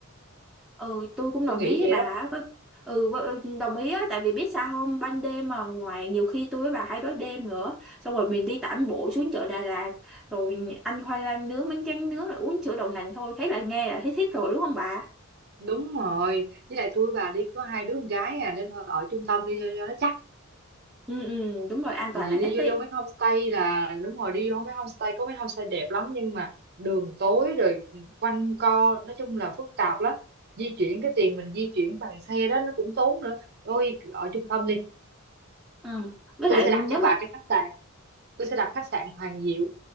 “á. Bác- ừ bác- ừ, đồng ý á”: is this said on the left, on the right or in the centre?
Centre